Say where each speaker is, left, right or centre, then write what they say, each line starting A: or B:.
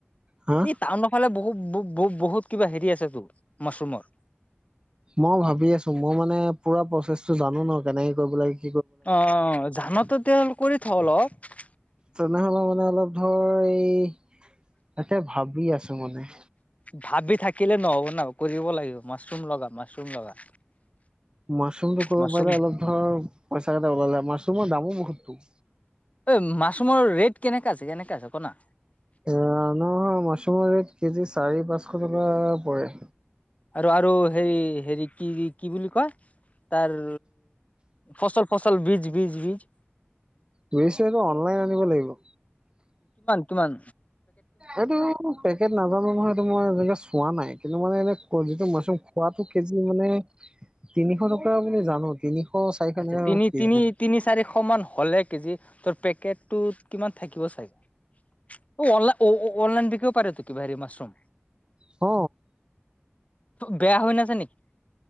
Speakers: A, on the right (about 20°); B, on the left (about 35°).
A: হা
B: এই টাউনৰ ফালে বহু ব ব-বহুত কিবা হেৰি আছেতো মাছৰুমৰ।
A: মই ভাবি আছো মই মানে পুৰা প্ৰচেছটো জানো ন কেনেকে কৰিব লাগি
B: অ ধানতো তেল কৰি থওঁ অলপ।
A: তেনেহলে মানে অলপ ধৰ এই তে ভাবি আছোঁ মানে।
B: ভাবি থাকিলে নহ'ব ন কৰিব লাগিব মাছৰুম লগা মাছৰুম লগা।
A: মাছৰুমটো কৰিব
B: মাছৰুম
A: পাৰিলে অলপ ধৰ পইচা কেইটা ওলালে মাছৰুমৰ দামো বহুতো
B: এই মাছৰুমৰ ৰেট কেনেকাে আছে কেনেকাে আছে কনা
A: এ নহয় মাছৰুমৰ ৰেট কেজি চাৰি পাঁচশ টকা পৰে
B: আৰু আৰু হে হেৰি কি কি বুলি কয় তাৰ ফচল ফচল বীজ বীজ বীজ
A: কৰিছে এইটো অনলাইন আনিব লাগিব
B: তোমান
A: এইটো পেকেট নাজানো নহয় এইটো মই এনেকে চোৱা নাই কিন্তু মানে এনে যিটো মাছৰুম খোৱাাতটো কেজি মানে তিনিশ টকা বুলি জানো তিনিশ চাৰিশ
B: আচ্ছা
A: এনেকা
B: তিনি
A: কেজি
B: তিনি তিনি চাৰিশ মান হলে কেজি তোৰ পেকটটোত কিমান থাকিব চাগেল অনলাইন বিকিব পাৰে ত কি ভাৰি মছৰুম
A: হ
B: বেয়া হৈ নছে নেকি